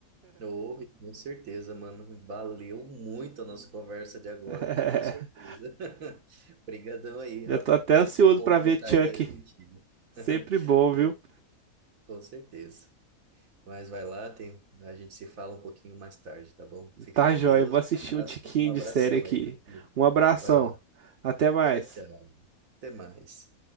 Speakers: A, on the right (about 70°); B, on the right (about 50°).
A: Oh, e com certeza, mano. Valeu muito a nossa conversa de agora,
B: <laughs>
A: com certeza. <laughs> Obrigadão aí,
B: Já
A: Rafa.
B: tô até
A: Sempre
B: ansioso
A: bom
B: pra
A: trocar
B: ver Chuck.
A: ideia contigo.
B: Sempre
A: <laughs>
B: bom,
A: Boa,
B: viu?
A: com certeza. Mas vai lá, tem, a gente se fala um pouquinho mais tarde, tá bom? Fica
B: Tá
A: com
B: joia,
A: Deus.
B: vou assistir
A: Um abraço,
B: um tiquinho
A: um abração
B: de série aqui.
A: aí, meu querido.
B: Um abração.
A: Vai lá.
B: Até mais.
A: Tchau, tchau. Até mais.